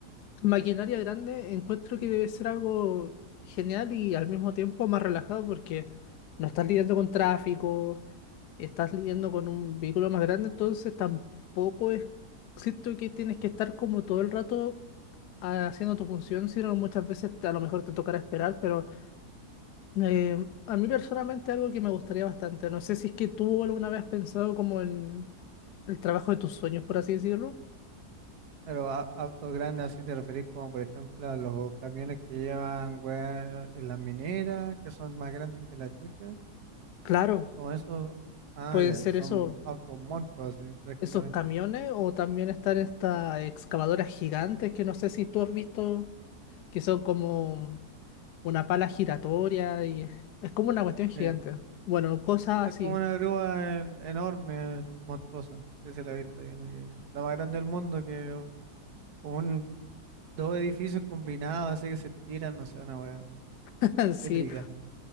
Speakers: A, on the left; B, on the right.
A: Maquinaria grande encuentro que debe ser algo genial y al mismo tiempo más relajado porque no estás lidiando con tráfico estás lidiando con un vehículo más grande, entonces tampoco es, siento que tienes que estar como todo el rato ah, haciendo tu función, sino muchas veces a lo mejor te tocará esperar, pero eh, a mí personalmente algo que me gustaría bastante, no sé si es que tú alguna vez has pensado como en el trabajo de tus sueños, por así decirlo.
B: Pero a- autos grandes, así te referís como por ejemplo a los camiones que llevan weá en las mineras, que son más grandes que la chucha.
A: Claro,
B: Como eso. Ah,
A: pueden
B: ya.
A: ser
B: Son
A: esos,
B: autos monstruos, así prácticamente.
A: esos camiones o también estar estas excavadoras gigantes que no sé si tú has visto, que son como... una pala giratoria y es es como una cuestión gigante.
B: Sí,
A: Bueno, cosas
B: Es
A: así.
B: como una grúa en- enorme, monstruosa. Sí, se la he visto. Hay una que la más grande del mundo, que como un, dos edificios combinados, así que se tiran, no sé, una wea.
A: <laughs> Sí.
B: Tétrica,